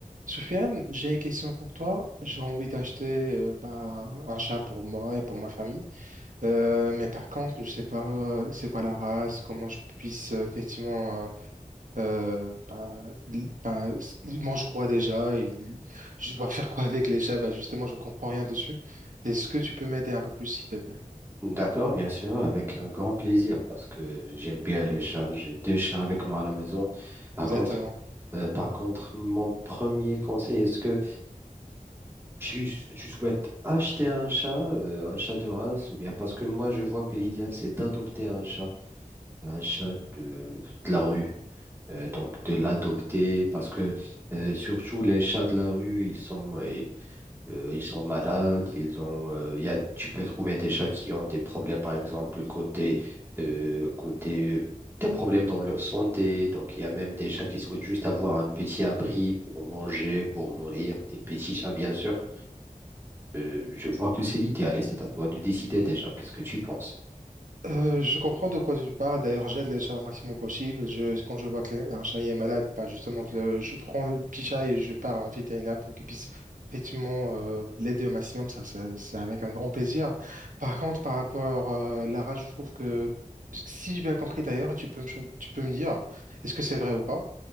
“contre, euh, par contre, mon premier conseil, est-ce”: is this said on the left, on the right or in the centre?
Right